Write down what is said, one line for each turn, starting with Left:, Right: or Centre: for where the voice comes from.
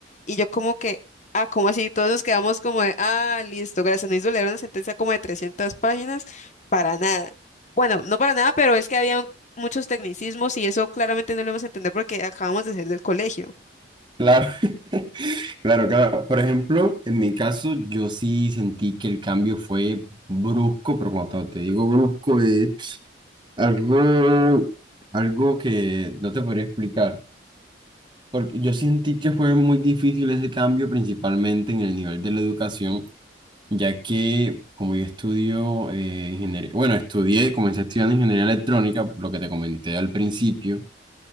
Left: Y yo como que, ah, ¿cómo así? Todos nos quedamos como de, ah, listo, gracias, no hizo leer una sentencia como de 300 páginas, para nada. Bueno, no para nada, pero es que había muchos tecnicismos y eso claramente no lo vamos a entender porque acabamos de salir del colegio.
Right: Claro, <laughs> claro, claro. Por ejemplo, en mi caso, yo sí sentí que el cambio fue brusco, pero cuando te digo brusco es Algo, algo que no te podría explicar, porque yo sentí que fue muy difícil ese cambio, principalmente en el nivel de la educación, ya que como yo estudio eh, ingeniería, bueno, estudié, comencé estudiando ingeniería electrónica, lo que te comenté al principio.